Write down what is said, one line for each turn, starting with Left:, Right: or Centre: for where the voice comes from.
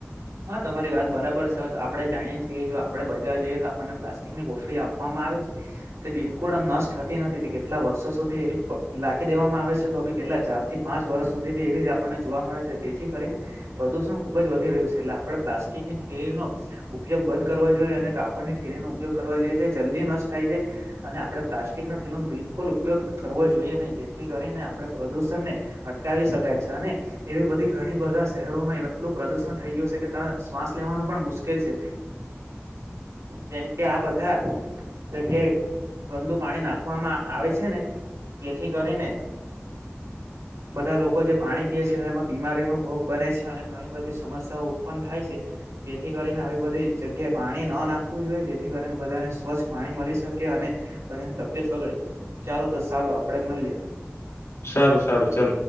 Right: હા તમારી વાત બરાબર છે આપડે જાણીએ જો આપડે બજાર જઈએ તો આપણને પ્લાસ્ટિક ની કોથળી આપવામાં આવે છે તે બિલકુલ આમ નષ્ટ થતી નથી કેટલા વર્ષો સુધી એવી લખી દેવામાં આવે છે તો બી કેટલા ચાર થી પાંચ વર્ષ સુધી બી એવી જ આપણને જોવા મળે છે. તેથી કરીને પ્રદુષણ ખુબ જ વધી રહ્યું છે એટલે આપણે પ્લાસ્ટિકની થેલી નો ઉપયોગ બંધ કરવા જોએ એને કા આપની ઠેલી નું ઉપયોગ કરવા જોઈ છીએ જલ્દી નષ્ટ થાય જાય અને આપણે પ્લાસ્ટિક નો ધેલો બિલકુલ કુલ ઉપયોગ કરવો જોઈએ નહી જેથી કરીને આપણે પ્રદૂષણ ને અટકાવી શકાય છે અને એવી બધી ઘણી બધા શહેરોમાં એટલું પ્રદુષણ થઈ ગયું છે કે તા શ્વાસ લેવાનું પણ મુશ્કેલ છે જેમ કે આ બધા જગ્ય ગંદુ પાણી નાખવામાં આવે છે ને તેથી કરીને બધા લોકો જે પાણી પીય છેને એમાં બીમાર તેનો ભોગ બને છે અને ઘણી બધી સમસ્યાઓ ઉત્પન્ થાય છે તેથી કરીને આવી બધી જગ્યાએ પાણી પાણી ન નાખવું જોઈએ જેથી કરીને બધાને સ્વચ્છ પાણી મળી શકે અને બધાની તબિયત બગડે ચાલો તો ચાલું આપડે મળી લએ
Left: સારું
Right: ચાલ ચાલું
Left: સારું ચલો.
Right: ચાલ